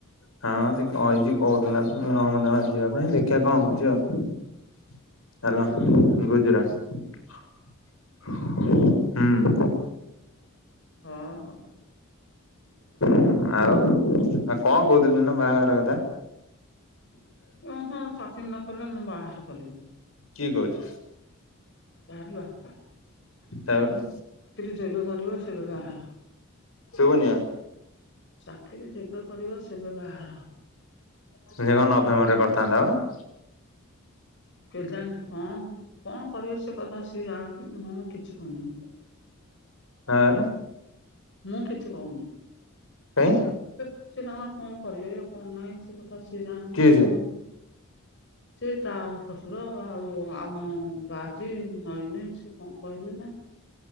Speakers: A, on the left (about 75°); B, on the left (about 60°).
A: ହଁ ସେ କହିଛି କହୁଥିଲା ତ ମୁ କହିଲି ମତେ ଯିବା ପାଇଁ
B: ହୁଁ
A: ଦେଖିବା କଣ ହଉଛି ଆଉ? ହାଲୋ ଗୁଜୁରାଟ ହୁଁ।
B: ହଁ ହଁ।
A: ଆଉ ଆଉ କଣ କହୁଥିଲୁ ସେଦିନ ବାହାଘର କଥା?
B: <unintelligible> ଚାକିରି ନ କଲେ ମୁଁ ବାହାଘର କରିବିନି।
A: କିଏ କହୁଚି?
B: ଆରେ ବାପା।
A: ତାପରେ
B: ଯେବେ କରିବ ସେବେ ବାହାଘର।
A: ଶୁଭୁନିଆ।
B: ଚାକିରି ଯେବେ କରିବ ସେବେ ବାହାଘର ହବ।
A: ସେ କଣ ନଭେମ୍ବର ରେ କରିଥାନ୍ତା ପା।
B: କେଜାଣି କଣ କଣ କରିବ ସେ କଥା ସିଏ ଜାଣ ନାଁ କିଛି କରନି।
A: ତାପରେ
B: ମୁଁ କିଛି କହୁନି
A: କାଇଁ
B: ସେ ତାଙ୍କର କଣ କରିବେ କଣ ନାହିଁ ସେ ତ ସିଏ ଯାଣନ୍ତି
A: କିଏ
B: ନା
A: ସେ
B: ମୁଁ ସେ ତା ଶଶୁର ଆଉ ଆ ମୁଁ ବାଜି ନଇନି ସେ କଣ କହିଲେ ନା।